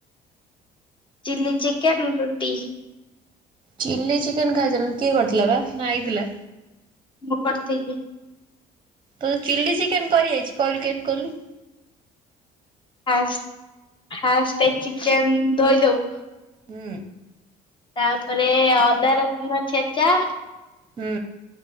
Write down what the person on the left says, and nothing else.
ଚିଲ୍ଲି ଚିକେନ୍ ରୁଟି
ମୁଁ କରିଥିଲି।
Fast fast. ଚିକେନ ଧୋଇ ଯୋଉ
ତାପରେ ଅଦା ରସୁଣ ଛେଚା